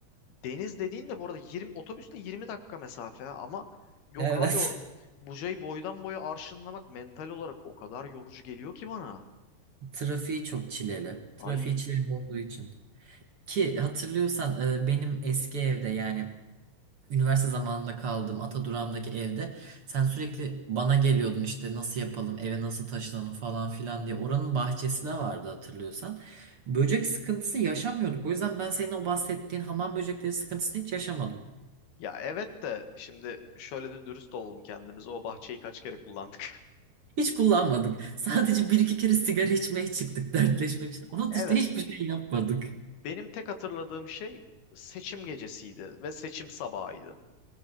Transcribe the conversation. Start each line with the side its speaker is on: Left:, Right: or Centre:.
Left: Deniz dediğin de bu arada 20 otobüsle 20 dakika mesafe ha. ama yok
Right: Evet.
Left: abi o Buca'yı boydan boya arşınlamak mental olarak o kadar yorucu geliyor ki bana.
Right: <laughs> Trafiği çok çileli. Trafiği
Left: Ay
Right: çileli olduğu için. Ki hatırlıyorsan e, benim eski evde yani Üniversite zamanında kaldığım Atadurağım'daki evde sen sürekli bana geliyordun işte nasıl yapalım eve nasıl taşınalım falan filan diye. Oranın bahçesi de vardı hatırlıyorsan. Böcek sıkıntısı yaşamıyorduk. O yüzden ben senin o bahsettiğin hamam böcekleri sıkıntısını hiç yaşamadım.
Left: ya evet de şimdi şöyle de dürüst olalım kendimize o bahçeyi kaç kere kullandık. <laughs>
Right: Hiç kullanmadık. Sadece bir iki kere sigara içmeye çıktık dertleşmek için. Onun
Left: Evet
Right: dışında hiçbir şey yapmadık.
Left: benim tek hatırladığım şey seçim gecesiydi ve seçim sabahıydı.